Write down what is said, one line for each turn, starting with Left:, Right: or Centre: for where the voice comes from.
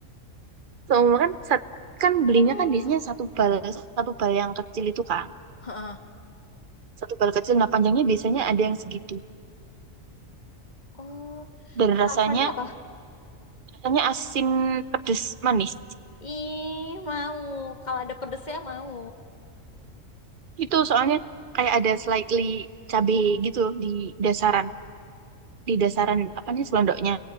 Right: Soalnya kan sat- kan belinya
Left: Oh,
Right: kan biasanya satu bal satu bal yang kecil itu kan.
Left: heeh.
Right: Satu bal kecil nah panjangnya biasanya ada yang segitu.
Left: Oh,
Right: Dan rasanya
Left: rasanya apa?
Right: rasanya asin pedes manis.
Left: Ih, mau. Kalau ada pedesnya mau.
Right: Itu soalnya kayak ada slightly cabe gitu loh di dasaran, di dasaran apa nih selondoknya.